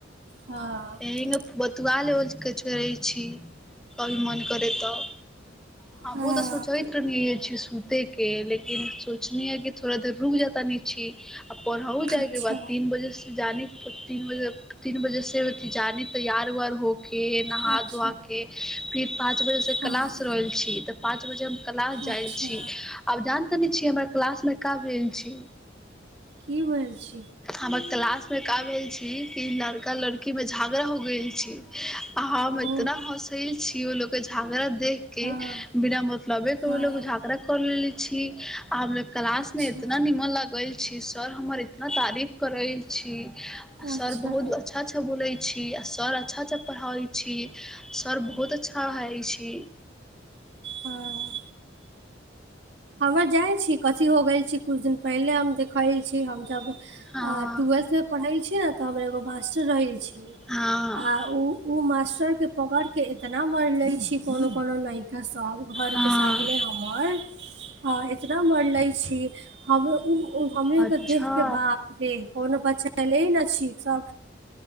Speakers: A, on the right; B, in the centre.
A: हँ
B: एहिन बतुआ लेबल कऽ कहैछी कभी मन करै तऽ हमहु
A: हँ
B: तऽ सोचित्र नहिनी छी सु देख के लेकिन सोचनी हँ कि थोड़ा देर रुक जाता नीचे आ पढ़हु जाइ
A: अच्छा
B: के बा तीन बजे से जानी तीन बजे तीन बजे से जानी तैयार ऊईयार होके नहा
A: अच्छा
B: धोके आके फिर पाँच बजे से
A: हँ
B: क्लास रहल छी तऽ पाँच बजे हम क्लास जाइ
A: अच्छा
B: छी आब जानतनी छी हमर क्लास मे का भेल छी
A: की होल छी
B: हमर क्लास मे का भेल छी की लड़का लड़की की मे झगड़ा हो गेल छी हम
A: ओ
B: इतना हसैल छीे उ लोग के झगड़ा देख के
A: हँ
B: बिना मतलबे के
A: हँ
B: उ लोग कऽ लेले छी आ हमे क्लास
A: अच्छा
B: में एतना निमन लग ग‌इल छी सर हमर इतना तारीफ करल छी आ
A: अच्छा
B: सर बहुत अच्छा अच्छा बोले छी आ सर अच्छा अच्छा पढ़ाबे छी सर बहुत अच्छा हइ छी
A: हँ हमर जाइ छी कथी हो गेल छी कुछ दिन पहिले हम देखीई छी हमसब
B: हँ
A: आ ट्वेल्थ मे पढ़ै छी ने तऽ हमर एगो मास्टर रहै छी आ
B: हँ
A: उ उ मास्टर पकड़ के एतना मार ले छी कोनो कोनो लैका से सब घरके
B: हँ
A: सामने हमर एतना मर लै छी हम उ हमरे
B: अच्छा
A: के देख के बाप रे कोनो बच्चा